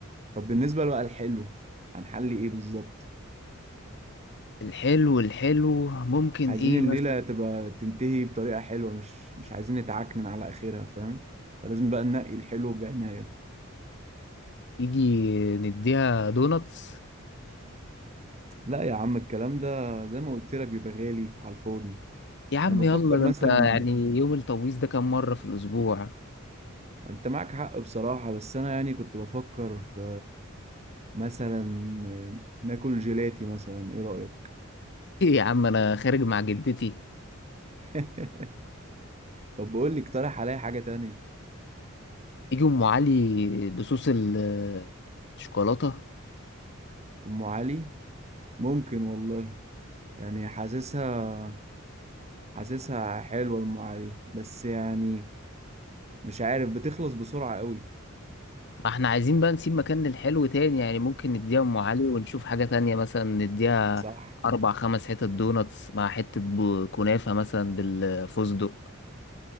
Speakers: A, on the right; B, on the left.
A: طب بالنسبة بقى الحلو هنحل ايه بالظبط
B: الحلو الحلو ممكن
A: عايزين
B: ايه
A: الليلة
B: مثلا
A: تبقى تنتهي بطريقة حلوة مش مش عايزين نتعكنن على اخرها فاهم فلازم بقى ننقي الحلو بعناية
B: تيجي نديها دوناتس
A: لا يا عم الكلام ده زي ما قلت لك بيبقى غالي على الفاضي
B: يا عم
A: انا بفكر
B: يلا ده
A: مثلا
B: انت يعني يوم التبويض ده كام مرة في الأسبوع
A: انت معك حق بصراحة بس انا يعني كنت بفكر في مثلا ناكل جيلاتي مثلا ايه رأيك
B: ايه يا عم انا خارج مع جدتي
A: <laughs> طب بقول لي اقترح عليا حاجة تانية
B: يجي ام علي بصوص ال- الشوكولاته
A: أم علي ممكن والله يعني حاسسها حاسسها حلوة أم علي بس يعني مش عارف بتخلص بسرعة قوي
B: ما احنا عايزين بقى نسيب مكان للحلو تاني يعني ممكن نديها ام علي ونشوف حاجه تانية مثلا نديها
A: صح
B: اربع خمس حتت دوناتس مع حته ب- كنافه مثلا بالفستق